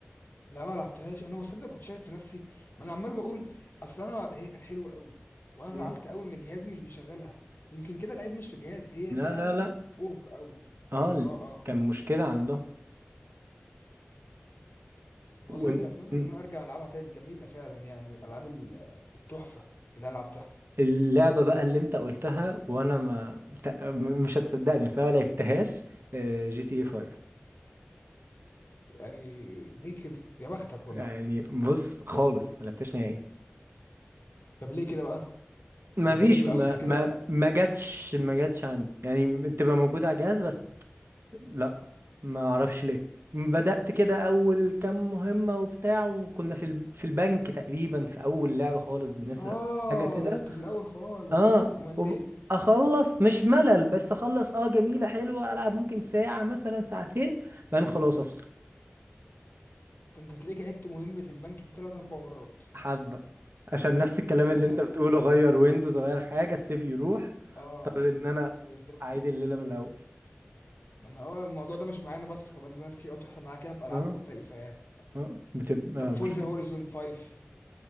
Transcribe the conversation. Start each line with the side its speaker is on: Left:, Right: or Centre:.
Left: لا ما لعبتهاش انا بصدق كنت شاكك في نفسي ما انا عمال بقول اصل انا هي كانت حلوه قوي وانا
Right: مم.
Left: زعلت قوي ان جهازي مش بيشغلها يمكن كده العيب مش في جهازي هي
Right: لا
Left: فعلا
Right: لا لا
Left: اوفر قوي
Right: اه ال-
Left: اه اه
Right: كان مشكلة عنده
Left: والله
Right: وإن-
Left: اتمنى
Right: م.
Left: ان انا ارجع العبها تاني جميله فعلا يعني من الالعاب ال- التحفه اللي انا لعبتها
Right: اللعبة بقى اللي انت قلتها وانا ما ت- م- مش هتصدقني بس انا ما لعبتهاش آه، جي تي اي 5
Left: يعني ليه كده يا بختك والله
Right: يعني بص خالص ما لعبتهاش نهائي
Left: طب ليه كده بقى
Right: ما
Left: دي
Right: فيش
Left: غريبه
Right: ما
Left: قوي انت كده
Right: ما ما جاتش ما جاتش عندي يعني تبقى موجودة على الجهاز بس لا ما اعرفش ليه بدأت كده اول كام مهمة وبتاع وكنا في ال... في البنك تقريبا في اول لعبة خالص بنسرق
Left: اه
Right: حاجة كده
Left: ده انت في الاول خالص
Right: اه
Left: ومليت
Right: وب... اخلص مش ملل بس اخلص اه جميلة حلوة العب ممكن ساعة مثلا ساعتين بعدين خلاص افصل
Left: ده انت تلاقيك عدت مهمه البنك دي ثلاث اربع مرات
Right: حبة عشان نفس الكلام
Left: <laughs>
Right: اللي انت بتقوله غير ويندوز غير حاجة السيف يروح
Left: اه
Right: اضطر ان انا
Left: بالظبط
Right: اعيد الليلة من الاول
Left: ما انا اه الموضوع ده مش معانا بس خلي بالك ده ناس كتير قوي بتحصل معاها كده في العاب
Right: اه
Left: مختلفه يعني
Right: اه بتبقى
Left: طب فورزا
Right: مشكلة
Left: هوريزون 5